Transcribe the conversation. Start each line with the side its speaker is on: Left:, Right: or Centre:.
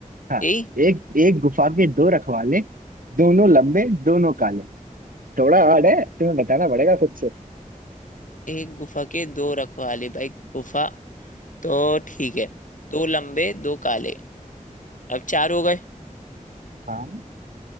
Right: हाँ
Left: यही
Right: एक एक गुफा के दो रखवाले दोनों लंबे दोनों काले थोड़ा हार्ड है तुम्हें बताना पड़ेगा खुद से
Left: एक गुफा के दो रखवाले भाई गुफा तो ठीक है दो लंबे दो काले अब चार हो गए
Right: हाँ